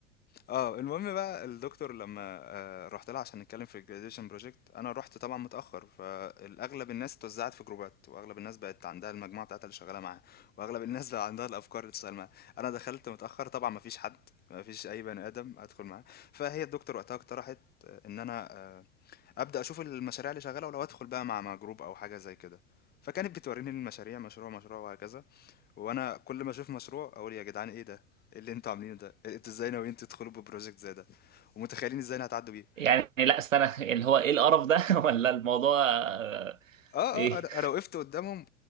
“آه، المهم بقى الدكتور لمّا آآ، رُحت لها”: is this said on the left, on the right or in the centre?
Left